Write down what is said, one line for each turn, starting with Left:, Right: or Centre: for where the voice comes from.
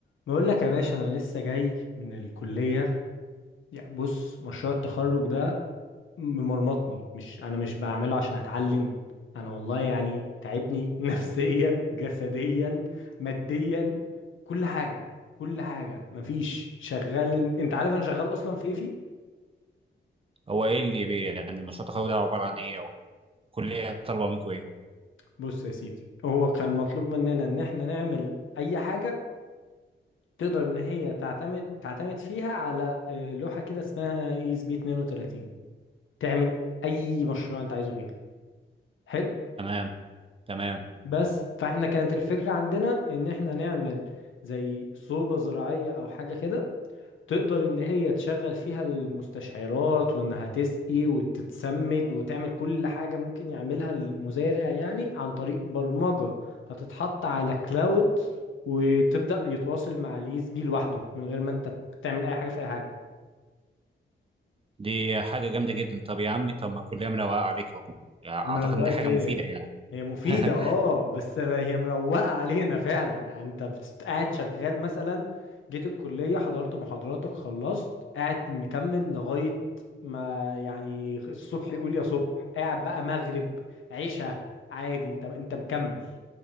Left: بقول لك يا باشا انا لسه جاي من الكليه يا بص مشروع التخرج ده ممرمطني مش انا مش بعمله عشان اتعلم انا والله يعني تعبني <laughs> نفسيا جسديا ماديا كل حاجه كل حاجه مفيش شغال إن- انت عارف انا شغال اصلا في إيه في
Right: هو ايه اللي بي يعني مشروع التخرج ده عباره عن ايه او الكليه طالبه منكم ايه
Left: بص يا سيدي هو كان مطلوب مننا ان احنا نعمل اي حاجه تقدر ان هي تعتمد تعتمد فيها على آه، لوحه كده اسمها اي اس بي 32 تعمل اي مشروع انت عايزه فيها حلو،
Right: تمام تمام
Left: بس فاحنا كانت الفكرة عندنا ان احنا نعمل زي صوبة زراعية او حاجة كده تقدر ان هي تشغل فيها المستشعرات وانها تسقي وتتسمد وتعمل كل حاجة ممكن يعملها المزارع يعني عن طريق برمجة هتتحط على كلاود وتبدأ يتواصل مع اليس بي لوحده من غير ما انت تعمل اي حاجة في اي حاجة
Right: دي حاجه جامده جدا طب يا عمي طب ما الكليه مروقه عليك اهو يعني اعتقد
Left: مروقت
Right: ان دي حاجه
Left: ايه
Right: مفيده يعني
Left: هي مفيدة
Right: <laughs>
Left: اه بس هي مروقة علينا فعلا انت بت- قاعد شغال مثلا جيت الكلية حضرت محاضراتك خلصت قاعد مكمل لغاية ما يعني الصبح يقول يا صبح قاعد بقى مغرب عشاء عادي انت انت مكمل